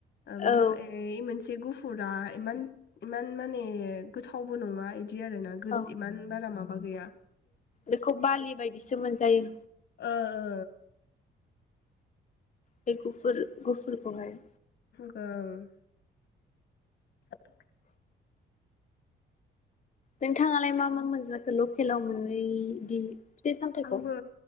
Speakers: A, on the left; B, on the left.
A: ओम
B: औ
A: नाम ऐइ मोनस से गुफुरा इमान इमान माने गोथावबो नङा इ दि आरो ना गो
B: औ
A: इमान बारा मा बा गैाया
B: बेखौ बालि बायदिसो मोनजायो
A: ओ ओ
B: बे गुफुर गुफुरखौहाय।
A: ओं च
B: नोंथाङालाय मा मा मोनजाखो ल केलाव मोननै इदि फिथाइ सामथाइखौ
A: आंबो